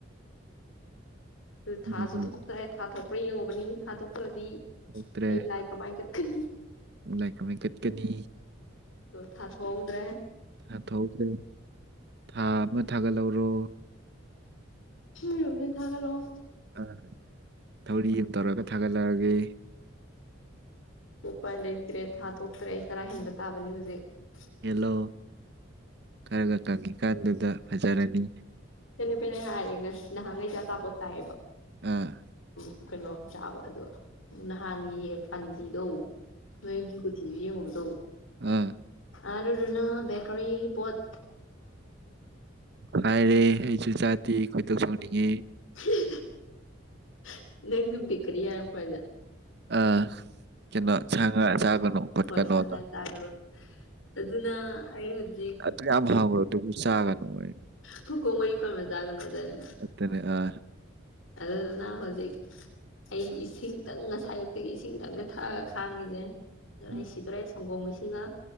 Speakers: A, on the left; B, on the right.
A: ꯑꯗꯨ ꯊꯥꯁꯨ
B: ꯎꯝ
A: ꯊꯣꯛꯇꯔꯦ ꯊꯥ ꯊꯣꯛꯄ꯭ꯔꯥ ꯌꯦꯡꯉꯨꯕꯅꯤ ꯊꯥ ꯊꯣꯛꯇ꯭ꯔꯗꯤ
B: ꯊꯣꯛꯇ꯭ꯔꯦ
A: ꯑꯩ ꯂꯥꯏ ꯀꯃꯥꯏ ꯈꯂꯤ
B: ꯂꯥꯏ ꯀꯃꯥꯏ ꯀꯠꯀꯅꯤ
A: ꯇꯣ ꯊ ꯍꯥꯠ ꯍꯗ꯭ꯔꯦ
B: ꯊꯥꯟꯊꯣꯛꯎꯈ꯭ꯔꯦ ꯊꯥ ꯑꯃ ꯊꯥꯒꯠꯍꯧꯔꯣ
A: ꯎ ꯔꯣꯖꯤ ꯊꯥꯥ ꯂꯧꯣ
B: ꯑ ꯊꯧꯔꯤ ꯑꯃ ꯇꯧꯔꯒ ꯊꯥꯒꯠꯂꯛꯑꯒꯦ
A: ꯎꯄ ꯂꯩꯇ꯭ꯔꯦ ꯊꯥ ꯊꯣꯛꯇ꯭ꯔꯦ ꯑꯩ ꯆꯔꯥ ꯍꯦꯟꯕ ꯇꯥꯕꯅꯤ ꯍꯧꯖꯤꯛ
B: ꯍꯦꯜꯂꯣ ꯈꯔꯒ ꯀꯪꯉꯤꯀꯥꯟꯗꯨꯗ ꯐꯖꯔꯅꯤ
A: ꯅꯦ ꯍꯥꯏꯔꯦ ꯉꯁꯤ ꯅꯍꯥꯟꯈꯩꯦ ꯑꯆꯥꯄꯣꯠ ꯆꯥꯏꯌꯦꯕ
B: ꯑ
A: ꯎꯝ ꯀꯩꯅꯣ ꯆꯥꯕ ꯑꯗꯣ ꯅꯍꯥꯟꯒꯤ ꯄꯥꯟꯖꯤꯗꯧ ꯅꯣꯏꯒꯤ ꯀꯨꯊꯤꯁꯨ ꯌꯦꯡꯉꯨ
B: ꯎ
A: ꯑꯗꯨ ꯅ ꯦꯀꯔꯤ ꯄꯠ
B: ꯍꯥꯏꯔꯦ ꯑꯩꯁꯨ ꯆꯥꯗꯦ ꯀꯣꯏꯗꯧ ꯁꯣꯛꯅꯤꯡꯉꯤ
A: <inaudible> ꯂꯩꯗꯤ ꯀꯔꯤꯦ ꯐꯗ
B: ꯑ ꯀꯩꯅꯣ ꯉ ꯆꯥꯒꯅꯨ ꯈꯣꯠꯀꯅꯨꯗ
A: ꯍꯣꯏ ꯁꯥ ꯉꯥ ꯆꯥꯒꯅꯨ ꯑꯗꯨꯅ ꯑꯩ ꯍꯧꯖꯤꯛ
B: ꯑꯗꯨ ꯌꯥꯝ ꯐꯪꯈ꯭ꯔꯣ ꯑꯗꯨꯕꯨ ꯆꯥꯒꯅꯨ ꯑꯩ
A: ꯐꯨꯀꯣ ꯃꯔꯤ ꯃꯖꯥꯒꯅꯅꯦ
B: ꯑꯗꯨꯅꯦ ꯑꯥ
A: ꯑꯗꯨꯗꯗꯅ ꯍꯧꯖꯤꯛ ꯑꯩ ꯏꯁꯤꯡꯇꯪ ꯉꯁꯥꯏꯌꯨꯛꯇꯒꯤ ꯏꯁꯤꯡꯇꯪꯅꯦ ꯊꯛꯑꯒ ꯈꯥꯡꯉꯤꯁꯦ ꯑꯗꯨꯅꯥꯏ
B: ꯎꯝ
A: ꯁꯤꯗꯣꯔꯦ ꯁꯪꯒꯣ ꯃꯩꯁꯤꯡꯒ